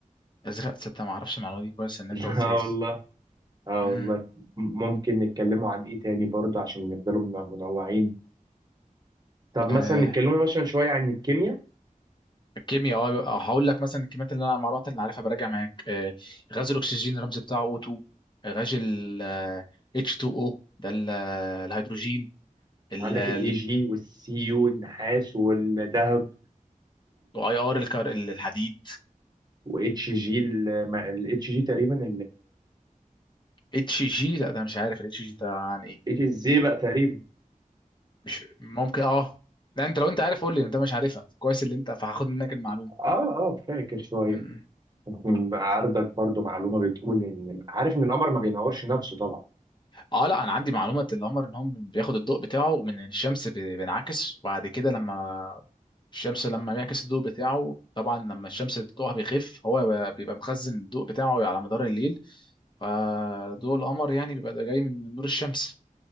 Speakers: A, on the left; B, on the right.
A: ازرق تصدق ما اعرفش المعلومة دي كويس ان انت
B: <laughs>
A: قلتها
B: لا والله
A: لي
B: اه
A: امم
B: والله ممكن نتكلموا عن ايه تاني برضه عشان نفضلوا من- منوعين طب
A: آه
B: مثلا نتكلموا مثلا شوية عن الكيمياء
A: الكيمياء اه آه، هقول لك مثلا الكميات اللي انا المعلومات اللي عارفها براجع معاك آه غاز الاكسجين الرمز بتاعه O2 غاز ال آه، H2O ده ال- آه، الهيدروجين ال
B: عندك
A: ال-
B: الاي جي والسي يو النحاس والذهب
A: اي ار الكار الحديد
B: واتش جي الاتش جي تقريبا
A: اتش جي لا ده مش عارف الاتش جي ده عن ايه
B: الزي بقى تقريبا
A: مش ممكن اه لا انت لو انت عارف قول لي انت مش عارفها كويس اللي انت فهاخد منك المعلومه
B: اه اه فاكر شوية
A: م- م.
B: ممكن بقى عرضك برضه معلومة بتقول ان عارف ان القمر ما بينورش نفسه طبعا
A: اه لا انا عندي معلومه القمر ان هو بياخد الضوء بتاعه من الشمس ب- بينعكس وبعد كده لما الشمس لما بيعكس الضوء بتاعه طبعا لما الشمس ضوءها بيخف هو ب- بيبقى مخزن الضوء بتاعه على مدار الليل فضوء القمر يعني بيبقى ده جاي من من نور الشمس